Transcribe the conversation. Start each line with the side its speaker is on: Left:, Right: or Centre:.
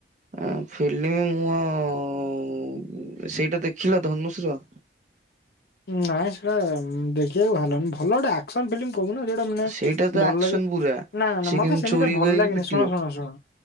Right: ଅଁ, ଫିଲ୍ମ ମୁଁ ଆଉ ସେଇଟା ଦେଖିଲ ଧନୁଶ୍ ର?
Left: ନାଇଁ ସେଟା ଉଁ, ଦେଖିବାକୁ ଭଲନି ଭଲଟା? ଆକ୍ସନ୍ ଫିଲ୍ମ କହୁନ ଯୋଉଟା ମାନେ
Right: ସେଇଟା ତ
Left: ଭଲ
Right: ଆକ୍ସନ
Left: ଲାଗେ
Right: ପୁରା।
Left: ନା,
Right: ସେ
Left: ନା ମୋତେ
Right: କେମିତି
Left: ସେମିତିଆ
Right: ଚୋରି
Left: ଭଲ
Right: କରିକି
Left: ଲାଗେନି।
Right: ପିଟିବ
Left: ଶୁଣ, ଶୁଣ -ଶୁଣ